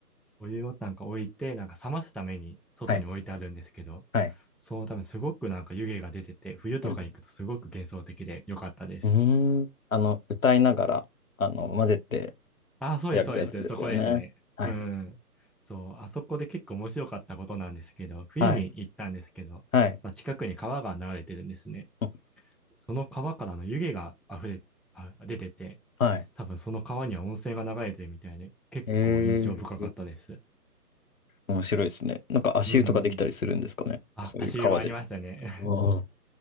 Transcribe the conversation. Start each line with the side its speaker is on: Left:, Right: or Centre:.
Centre: お湯をなんか置いて、なんか冷ますために外に置いてあるんですけど、
Left: はい。はい。
Centre: そのためすごくなんか湯気が出てて、冬とか行くとすごく幻想的で良かったです。
Left: うん。うーんあの、歌いながら、あの、混ぜて
Centre: あ、そうです、
Left: やるやつですよね。
Centre: そうです。そこですね。
Left: はい。
Centre: うん。そう、あそこで結構面白かったことなんですけど、冬に行ったんですけど、
Left: はい。はい。
Centre: まあ、近くに川が流れてるんですね。
Left: うん
Centre: その川からの湯気が溢れ、あ、出てて、
Left: はい。
Centre: 多分その川には温泉が流れてるみたいで、結構印象深かったです。
Left: えー、面白いですね。なんか足湯とかできたりするんですかね。
Centre: うん。あ、
Left: そういう川で。
Centre: 足湯もありましたね。
Left: うん。